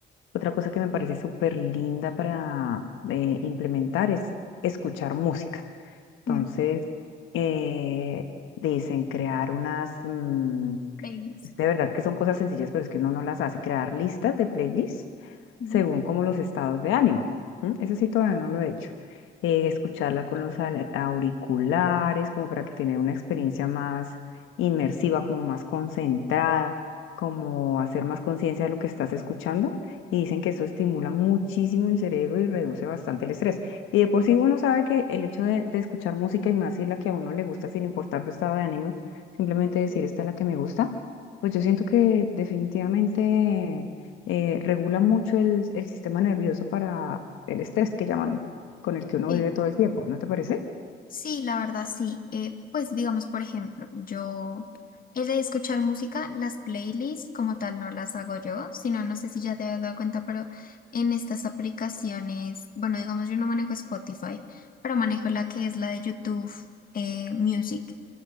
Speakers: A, on the left (about 80°); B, on the left (about 45°).
A: Otra cosa que me parece súper linda para eh, implementar es escuchar música. Entonces,
B: Mm,
A: eh, dicen crear unas, mm,
B: <laughs> Babies.
A: es de verdad que son cosas sencillas, pero es que uno no las hace. Crear listas de playlists
B: ujú.
A: según como los estados de ánimo. ¿m? Eso sí todavía no lo he hecho. Eh, escucharla con los ale- auriculares, como para que tener una experiencia más inmersiva, como más concentrada, como hacer más conciencia de lo que estás escuchando. Y dicen que eso estimula muchísimo el cerebro y reduce bastante el estrés. Y de por sí uno sabe que el hecho de, de escuchar música y más si la que a uno le gusta, sin importar su estado de ánimo, simplemente decir esta es la que me gusta pues yo siento que definitivamente eh, regula mucho el, el sistema nervioso para el estrés que llaman, con el que uno
B: Sí.
A: vive todo el tiempo, ¿no te parece?
B: Sí, la verdad sí. Eh, pues digamos, por ejemplo, yo he de escuchar música, las playlists como tal no las hago yo, sino no sé si ya te has dado cuenta, pero en estas aplicaciones, bueno, digamos, yo no manejo Spotify, pero manejo la que es la de YouTube eh, Music.